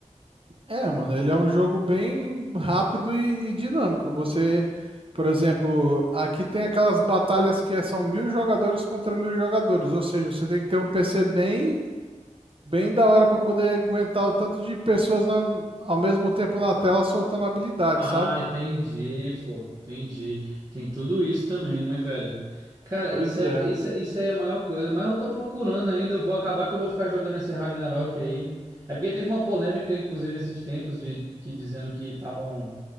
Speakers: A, on the right; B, on the right.
A: É, mano, ele é um jogo bem rápido e, e dinâmico. Você, por exemplo, aqui tem aquelas batalhas que é- são mil jogadores contra mil jogadores, ou seja, você tem que ter um PC bem, bem da hora para poder aguentar o tanto de pessoas na- ao mesmo tempo na tela soltando habilidade,
B: Ah,
A: sabe?
B: entendi, pô, entendi. Tem tudo isso também, né, velho? Cara,
A: Pois
B: isso é,
A: é.
B: isso, é- isso aí é a maior coisa, mas eu tô procurando ainda, eu vou acabar que eu vou ficar jogando esse Ragnarok aí. É porque teve uma polêmica, inclusive, esses tempos, de que dizendo que estavam